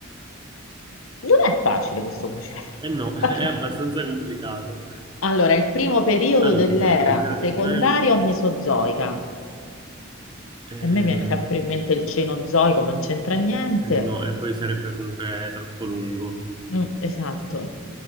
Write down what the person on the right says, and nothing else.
Eh no, <laughs> è
abbastanza complicato.
Allora,
dell'era secondaria...
ehm,
eh no, e poi sarebbe comunque troppo lungo.